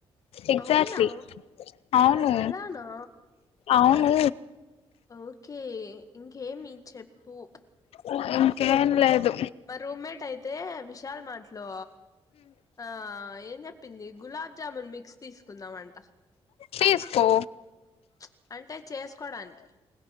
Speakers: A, on the left; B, on the left.
A: ఎక్సాక్ట్లీ
B: అవునా
A: అవును
B: అలానా
A: అవును
B: ఓకే ఇంకేమి చెప్పు
A: ఉమ్ ఇంకేం లేదు
B: మా రూమ్మేట్ అయితే విశాల్ మార్ట్లో ఆ ఏం చెప్పింది గులాబ్జామున్ మిక్స్ తీసుకుందామంట
A: తీసుకో
B: ప్చ్ అంటే చేసుకోడానికి